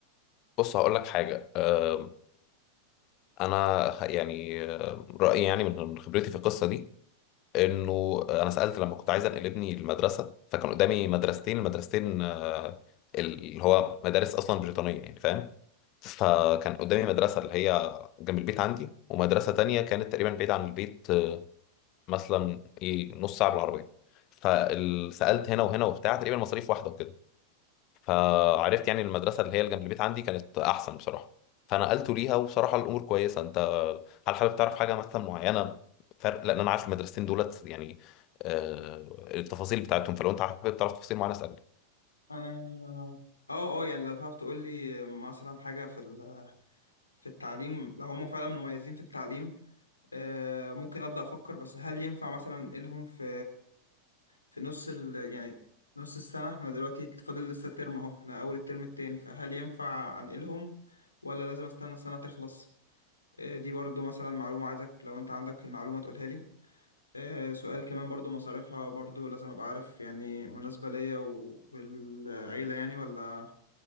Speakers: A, on the left; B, on the left.
A: بص هقول لك حاجة آه، أنا ه- يعني آه، رأيي يعني من خبرتي في القصة دي انه انا سالت لما كنت عايز انقل ابني المدرسه فكان قدامي مدرستين المدرستين آه، اللي هو مدارس اصلا بريطانيه يعني فاهم فكان قدامي مدرسه اللي هي جنب البيت عندي ومدرسه تانية كانت تقريبا بعيد عن البيت آه، مثلا ايه نص ساعه بالعربيه فسالت هنا وهنا وبتاع تقريبا مصاريف واحده وكده فعرفت يعني المدرسة اللي هي اللي جنب البيت عندي كانت أحسن بصراحة فنقلته ليها وبصراحة الأمور كويسة أنت هل حابب تعرف حاجة مثلا معينة فرق لأن أنا عارف المدرستين دولت يعني آه، التفاصيل بتاعتهم فلو أنت حابب تعرف تفاصيل معينة اسألني
B: انا اه اه يعني لو تعرف تقول لي مثلا حاجة في ال... في التعليم لو هم فعلا مميزين في التعليم آه، ممكن ابدأ افكر بس هل ينفع مثلا انقلهم في في نص ال... يعني نص السنة احنا دلوقتي فاضل لسه ترم اهو احنا اول الترم التاني فهل ينفع انقلهم ولا لازم استنى السنة تخلص آه، دي برضو مثلا معلومة عايزك لو انت عندك المعلومة تقولها لي آه، سؤال كمان برضو مصاريفها برضو لازم ابقى عارف يعني مناسبة ليا و- والعيلة يعني ولا